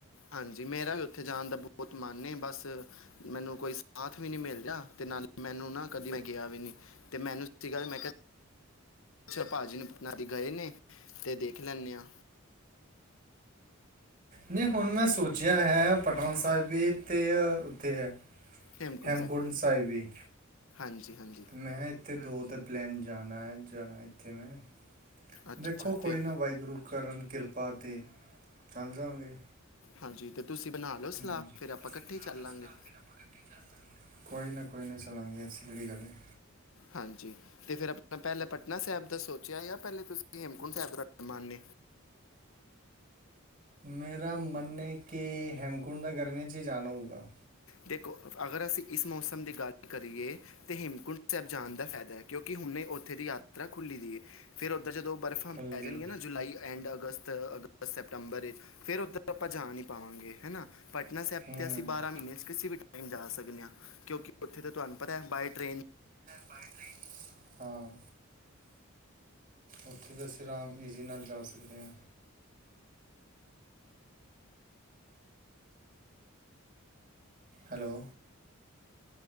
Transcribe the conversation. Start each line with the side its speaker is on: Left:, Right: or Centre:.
Left: ਹਾਂਜੀ ਮੇਰਾ ਵੀ ਉੱਥੇ ਜਾਣ ਦਾ ਬਹੁਤ ਮਨੇ ਬਸ ਮੈਨੂੰ ਕੋਈ ਸਾਥ ਵੀ ਨੀ ਮਿਲਦਾ ਤੇ ਨਾਲੇ ਮੈਨੂੰ ਨਾ ਕਦੀ, ਗਿਆ ਵੀ ਨੀ ਤੇ ਮੈਨੂੰ ਕੀ ਗੱਲ ਮੈਂ ਕਿਹਾ, ਪੁਛਿਆ ਭਾਜੀ ਨੂੰ ਪਟਨ ਜੀ ਗਏ ਨੇ ਤੇ ਦੇਖ ਲੈਂਨੇ ਆ,
Right: ਨਹੀਂ ਹੁਣ ਮੈਂ ਸੋਚਿਆ ਹੈ, ਪਟਨਾ ਸਾਹਿਬ ਵੀ ਤੇ ਉੱਥੇ
Left: ਹੇਮਕੁੰਡ
Right: ਹੈਮਕੁੰਡ
Left: ਸਾਹਿਬ
Right: ਵੀ
Left: ਹਾਂਜੀ-ਹਾਂਜੀ,
Right: ਤੇ ਮੈਂ ਇੱਥੇ ਦੋ ਉਦੋ ਦਾ ਪਲੇੈਨ ਜਾਣਾ ਐ ਜਾਣਾ
Left: ਅੱਛਾ
Right: ਦੇਖੋ
Left: ਅੱਛਾ
Right: ਕੋਈ
Left: ਤੇ
Right: ਨਾ ਵਾਹਿਗੁਰੂ ਕਰਨ ਕਿਰਪਾ ਪਾ ਤੇ ਚੱਲ ਜਾ ਗੇ।
Left: ਹਾਂਜੀ ਤੇ, ਤੁਸੀਂ ਬਣਾ ਲਓ
Right: ਹੂੰ,
Left: ਸਲਾਹ
Right: ਕੋਈ ਨਾ
Left: ਫਿਰ ਆਪਾਂ
Right: ਤੁਸੀ
Left: ਇਕੱਠੇ
Right: ਬਣਾ
Left: ਹੀ ਚੱਲਾਂਗੇ
Right: ਲੋ ਸਲਾ ਫੇਰ ਆਪਾ ਇਕੱਠੇ ਚੱਲਾਗੇ, ਕੋਈ ਨਾ ਕੋ ਨਹੀਂ ਚੱਲਾਂਗੇ ਐਸੀ ਕਿਹੜੀ ਗੱਲ ਹੈ।
Left: ਹਾਂਜੀ, ਤੇ ਫਿਰ ਆਪਣਾ ਪਹਿਲਾਂ ਪਟਨਾ ਸਾਹਿਬ ਦਾ ਸੋਚਿਆ ਆ ਪਹਿਲਾ ਤੁਸੀਂ ਹੇਮਕੁੰਟ ਸਾਹਿਬ <unintelligible>
Right: ਮੇਰਾ ਮੰਨ ਹੈ ਕਿ ਹੇਮਕੁੰਡ ਦਾ ਗਰਮੀਆਂ ਚ ਹੀ ਜਾਣਾ ਹੋਊਗਾ।
Left: ਦੇਖੋ, ਅਗਰ ਅਸੀਂ ਇਸ ਮੌਸਮ ਦੀ ਗੱਲ ਕਰੀਏ ਤਾਂ ਹਿਮਕੁੰਟ ਸਾਹਿਬ ਜਾਨ ਦਾ ਫਾਇਦਾ ਹੈ। ਕਿਉਂਕਿ ਹੁਣੇ ਉੱਥੇ ਦੀ ਯਾਤਰਾ ਖੁੱਲ੍ਹੀ ਦੀ ਹੈ ਫਿਰ ਉੱਧਰ ਜਦੋਂ ਬਰਫ਼ਾਂ
Right: ਖੁੱਲ੍ਹੀ
Left: ਪੈ ਜਾਣਗੀਆਂ
Right: ਹੈ।
Left: ਨਾ ਜੁਲਾਈ ਐਂਡ ਅਗਸਤ ਅਗਸਤ ਸੈਪਤੰਬਰ ਵਿੱਚ ਫਿਰ ਉੱਧਰ ਆਪਾਂ ਜਾ ਨਹੀਂ ਪਾਵਾਂਗੇ ਹੈ, ਨਾ ਪਟਨਾ ਸਾਹਿਬ
Right: ਹੈ
Left: 'ਤੇ
Right: ਨਾ
Left: ਅਸੀਂ
Right: ਹੂੰ।
Left: ਬਾਰ੍ਹਾਂ ਮਹੀਨੇ ਅਸੀਂ ਵੀ ਟਾਈਮ ਜਾ ਸਕਣੇ ਆ ਕਿਉਂਕਿ ਉੱਥੇ ਤਾਂ ਤੁਹਾਨੂੰ ਪਤਾ ਹੈ ਬਾਏ ਟਰੇਨ
Right: ਬਏ ਟਰੇਨ ਹਾਂ ਉੱਥੇ ਤਾਂ ਅਸੀਂ ਆਰਾਮ ਈਜ਼ੀ ਨਾਲ ਜਾ ਸਕਦੇ ਹਾਂ। Hello,